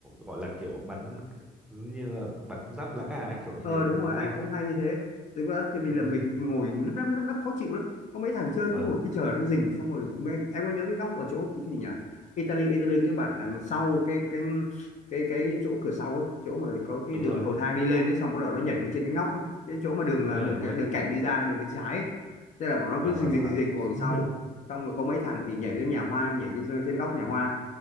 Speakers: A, in the centre; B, on the left (about 45°).
A: gọi là kiểu bắn như là bắn giáp lá cà ấy, kiểu như
B: ờ
A: thế
B: đúng rồi
A: đúng không
B: anh
A: anh
B: cũng hay như thế thực ra thì vì
A: ừ,
B: là mình ngồi lấp lấp lấp lấp khó chịu lắm có mấy thằng chơi
A: vâng
B: cứ ngồi cứ chờ nó rình xong rồi mê- em có nhớ cái góc ở chỗ cái gì nhỉ Italy Italy cái bản đằng sau cái cái cái cái chỗ cửa sau ấy chỗ mà có cái
A: đúng
B: đường
A: rồi
B: cầu thang đi lên ấy xong bắt đầu nó nhảy lên trên cái ngóc ấy cái chỗ mà đường
A: đúng
B: à,
A: rồi
B: đường
A: đúng
B: à,
A: rồi
B: đường cảnh đi ra đường bên trái ấy. Thế là bọn nó
A: vâng
B: cứ rình
A: vâng
B: rình
A: vâng
B: rình rình ngồi
A: <laughs>
B: sau xong rồi có mấy thằng thì nhảy lên nhà hoa nhảy lên trên góc nhà hoa